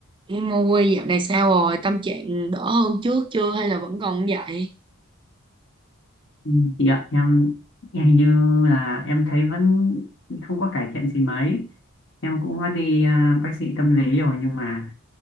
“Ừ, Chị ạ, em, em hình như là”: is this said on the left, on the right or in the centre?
Left